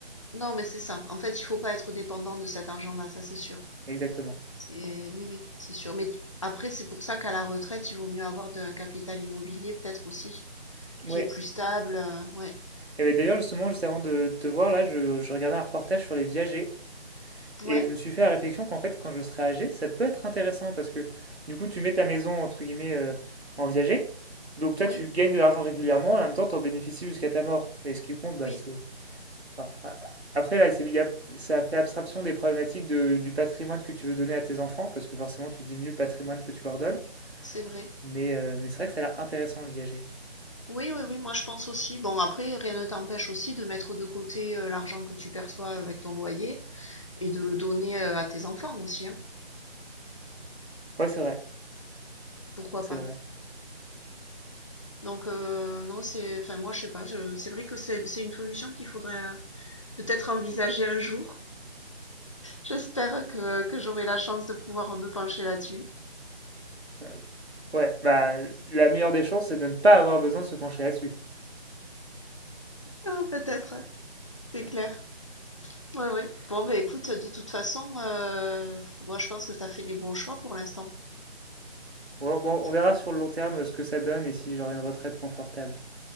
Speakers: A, on the left (about 30°); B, on the right (about 75°).
A: Non, mais c'est ça. En fait, il faut pas être dépendant de cet argent-là, ça c'est sûr.
B: Exactement.
A: C'est oui, oui, c'est sûr. Mais tu- après, c'est pour ça qu'à la retraite, il vaut mieux avoir de- un capital immobilier peut-être aussi,
B: Ouais.
A: qui est plus stable. euh, Ouais,
B: Et ben d'ailleurs, justement, juste avant de te voir là, je, je regardais un reportage sur les viagers
A: ouais,
B: et je me suis fait la réflexion qu'en fait, quand je serai âgé, ça peut être intéressant parce que du coup, tu mets ta maison entre guillemets euh, en viager. Donc toi,
A: oui,
B: tu gagnes de l'argent régulièrement et en même temps, tu en bénéficies jusqu'à ta mort. Et ce qui compte, bah,
A: oui,
B: c'est Voilà. Après, là, c'est- il y a- ça fait abstraction des problématiques de- du patrimoine que tu veux donner à tes enfants, parce que forcément, tu diminues le patrimoine que tu leur donnes.
A: c'est vrai.
B: Mais, euh, mais c'est vrai que ça a l'air intéressant le viager.
A: Oui, oui, oui, moi je pense aussi. Bon, après, rien ne t'empêche aussi de mettre de côté euh, l'argent que tu perçois avec ton loyer et de le donner euh, à tes enfants aussi, hein.
B: Ouais, c'est vrai,
A: Pourquoi
B: c'est
A: pas?
B: vrai.
A: Donc euh, non, c'est, enfin moi je sais pas, je- c'est vrai que c'est c'est une solution qu'il faudrait. euh, peut-être envisager un jour. J'espère que, que j'aurai la chance de pouvoir me pencher là-dessus.
B: Euh, ouais, bah, la meilleure des chances, c'est de ne pas avoir besoin de se pencher là-dessus.
A: Ah, peut-être, c'est
B: Mm.
A: clair. Oui oui. Bon, bah écoute, de toute façon, euh, moi je pense que tu as fait les bons choix pour l'instant.
B: Ouais, bon, on
A: C'est
B: verra
A: bon?
B: sur le long terme euh, ce que ça donne et si j'aurai une retraite confortable.